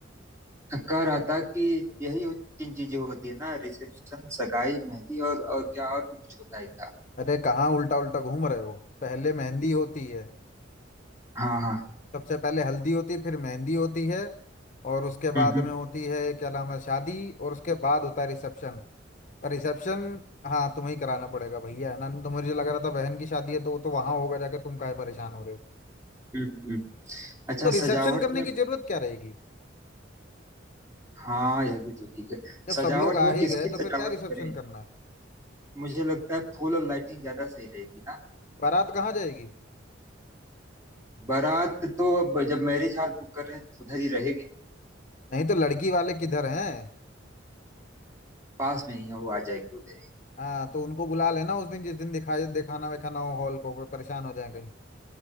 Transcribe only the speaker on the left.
अरे कहाँ उल्टा उल्टा घूम रहे हो पहले मेहंदी होती है
सबसे पहले हल्दी होती है फिर मेहंदी होती है और उसके
बाद
में होती है क्या नाम है शादी और उसके बाद होता है रिसेप्शन रिसेप्शन हाँ तुम्हें ही कराना पड़ेगा भैया है ना तो मुझे लग रहा था बहन की शादी है तो वो तो वहां होगा जाके तुम काहे परेशान हो रहे हो
तो रिसेप्शन
करने
की जरूरत क्या रहेगी
जब
सब लोग आ
ही
गए तो
फिर क्या रिसेप्शन
करना है
बारात कहाँ जाएगी
नहीं तो लड़की वाले किधर हैं
हाँ तो उनको बुला लेना उस दिन जिस दिन दिखाई दिखाना विखाना हो हॉल को कोई परेशान हो जाए कहीं